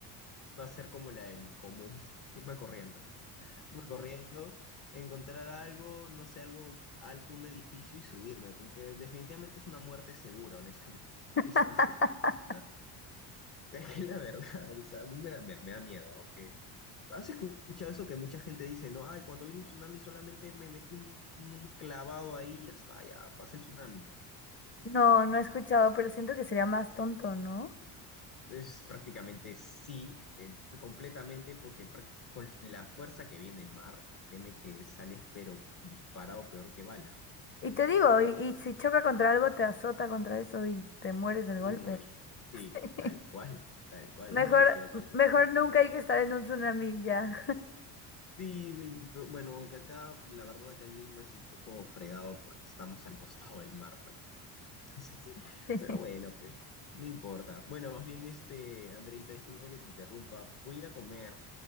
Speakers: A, on the left; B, on the left.
A: va a ser como la del común, <laughs> irme corriendo, irme corriendo, encontrar algo, no sé, algo alto, un edificio y subirme, aunque definitivamente es una muerte segura, honestamente, <laughs> porque
B: <laughs>
A: estás en... <laughs> Es la verdad, o sea, a mí me da, me- me da miedo, aunque... ¿Has escuchado eso que mucha gente dice, no, ay, cuando viene un tsunami solamente me meto un, un clavado ahí y ya está, ya pasa el tsunami?
B: No, no he escuchado, pero siento que sería más tonto, ¿no?
A: Es prácticamente sí, te- completamente, porque práct- con la fuerza que viene el mar, créeme que sales pero disparado peor que bala. Entonces,
B: Y te digo, y, y si choca contra algo, te azota contra eso y te mueres del
A: y
B: golpe.
A: mueriste. Sí,
B: <laughs>
A: tal cual, tal cual.
B: Mejor,
A: <laughs> Oye, pero qué, lo-
B: mejor nunca hay que estar en un tsunami ya.
A: Sí, vi- bueno, aunque acá, la verdad, acá en Lima sí un poco fregado porque estamos al costado del mar, realmente. <laughs> Entonces,
B: <laughs>
A: pero bueno, pues, no importa. Bueno, más bien, este, Andreita, disculpa que te interrumpa. Voy a ir a comer,